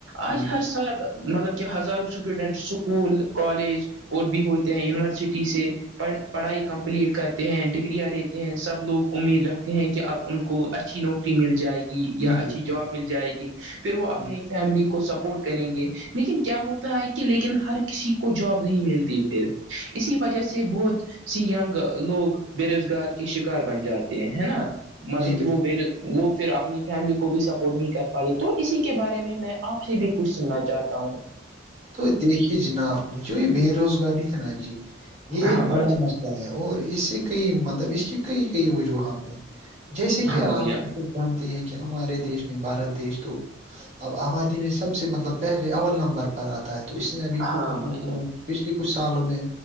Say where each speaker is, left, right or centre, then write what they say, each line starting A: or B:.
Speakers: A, on the right; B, on the right.
A: آج
B: جی
A: ہر سال مطلب کہ ہزاروں اسٹوڈنٹ سکول کالج اور بھی ہوتے ہیں یونیورسٹی سے پڑھائی کمپلیٹ کرتے ہیں ڈگری والے ہیں سب لوگ امید رکھتے ہیں کہ اب ان کو اچھی نوکری مل جائے گی
B: جی
A: یا اچھی
B: بالکل
A: جاب مل جائے گی پھر وہ اپنی
B: جی
A: فیملی کو سپورٹ کریں گے لیکن کیا ہوتا ہے کہ لیکن ہر کسی کو جاب نہیں ملتی پھر اسی وجہ سے بہت سی گ لوگ بے روزگار کے شکار بن جاتے ہیں ہے نا مطلب
B: جی بالکل
A: کہ وہ ب وہ پھر اپنی فیملی کو بھی سپورٹ نہیں کر پا رہی تو اسی کے بارے میں میں آپ سے بھی کچھ سننا چاہتا ہوں
B: تو دیکھیے جناب جو یہ بے روزگاری ہے نا جی یہ ایک
A: ہاں
B: بڑا
A: بھائی جان
B: مسئلہ اور اس سے کئی مطلب اس کی کئی کئی وجوہات ہیں جیسے کہ
A: ہاں
B: آپ
A: بھائی جان
B: ہم کو جانتے ہیں کیا ہمارے دیش میں بھارت دیش تو اب آبادی میں سب سے مطلب پہلے اول نمبر پر پر آتا ہے تو اس نے ابھی
A: ہاں بھائی جان
B: پچھلے کچھ سال میں